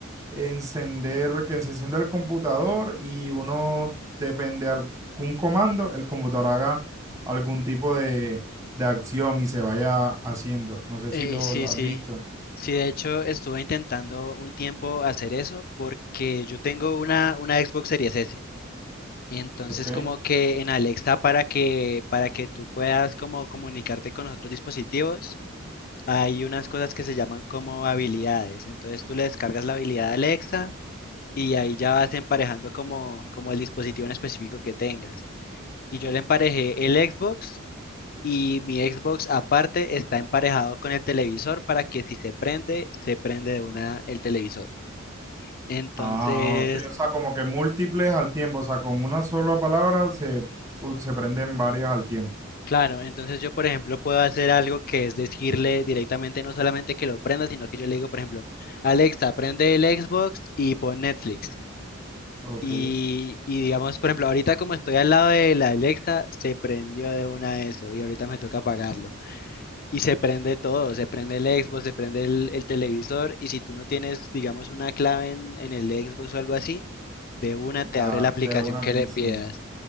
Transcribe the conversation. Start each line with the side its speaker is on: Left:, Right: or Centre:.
Right: encender, que se encienda el computador y uno depende de algún comando, el computador haga algún tipo de, de acción y se vaya haciendo. No sé si
Left: Eh,
Right: lo,
Left: sí,
Right: lo has
Left: sí.
Right: visto,
Left: Sí, de hecho estuve intentando un tiempo hacer eso porque yo tengo una, una Xbox Series S. Entonces
Right: ¿ok?
Left: como que en Alexa para que para que tú puedas como comunicarte con los otros dispositivos, hay unas cosas que se llaman como habilidades. Entonces tú le descargas la habilidad a Alexa y ahí ya vas emparejando como como el dispositivo en específico que tengas. Y yo le emparejé el Xbox y mi Xbox aparte está emparejado con el televisor para que si se prende, se prende de una el televisor. Entonces,
Right: Ah, ok, o sea, como que múltiples al tiempo, o sea, con una sola palabra se, se prenden varias al tiempo,
Left: claro, entonces yo, por ejemplo, puedo hacer algo que es decirle directamente no solamente que lo prenda, sino que yo le digo, por ejemplo, Alexa, prende el Xbox y pon Netflix.
Right: ¿ok?
Left: Y, y digamos, por ejemplo, ahorita como estoy al lado de la Alexa, se prendió de una eso y ahorita me toca apagarlo. y se prende todo, se prende el Xbox, se prende el, el televisor y si tú no tienes, digamos, una clave en, en el Xbox o algo así, de una te
Right: Ah,
Left: abre la aplicación
Right: de una
Left: que
Right: te
Left: le
Right: enciendo.
Left: pidas.